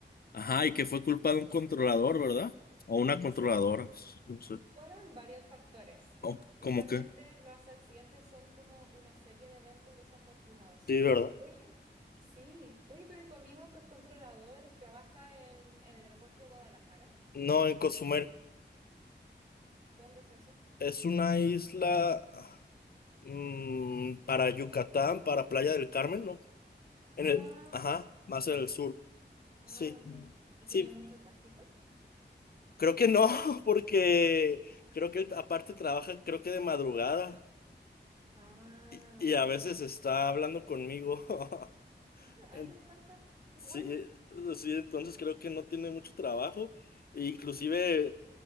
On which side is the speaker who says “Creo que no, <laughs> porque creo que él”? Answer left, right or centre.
Left